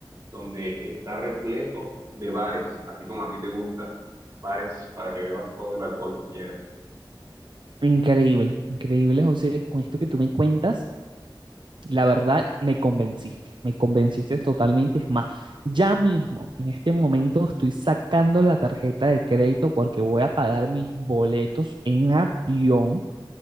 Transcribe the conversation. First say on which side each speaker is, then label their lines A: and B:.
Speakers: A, on the right; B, on the right.
A: donde está repleto de bares, así como a ti te gusta, bares para que bebas todo el alcohol que quieras.
B: Increíble, increíble, José, con esto que tú me cuentas. La verdad, me convenciste, me convenciste totalmente. Es más, ya mismo, en este momento, estoy sacando la tarjeta de crédito porque voy a pagar mis boletos en avión